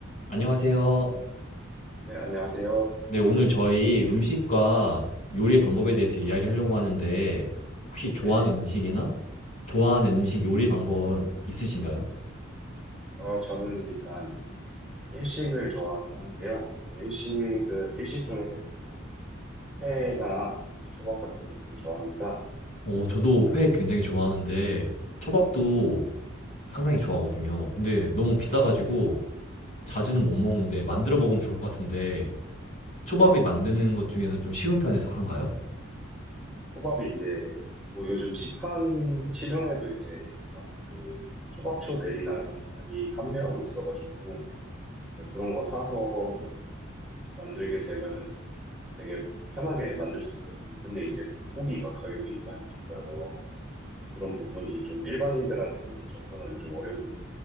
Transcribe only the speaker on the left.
안녕하세요.
네, 오늘 저희 음식과 요리 방법에 대해서 이야기하려고 하는데, 혹시
좋아하는 음식이나 좋아하는 음식 요리 방법 있으신가요?
어, 저도 회 굉장히 좋아하는데, 초밥도 상당히 좋아하거든요. 근데 너무 비싸가지고
자주는 못 먹는데 만들어 먹으면 좋을 것 같은데, 초밥이
만드는 것 중에서 좀 쉬운 편에 속한가요?